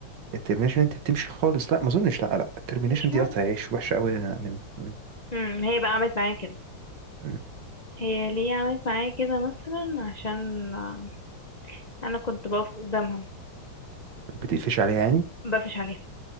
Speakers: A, on the right; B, on the left.
A: الترمينيشن انت بتمشي خالص لا ما اظنش لا لا الترمينيشن
B: مش
A: دي
B: مهم
A: قطع عيش وحشه قوي من مم.
B: مم. هي بقى عملت معايا كده
A: مم.
B: هي ليه عملت معايا كده مثلا عشان آه، انا كنت بقف قدامها
A: بتقفش عليها يعني
B: بقفش عليها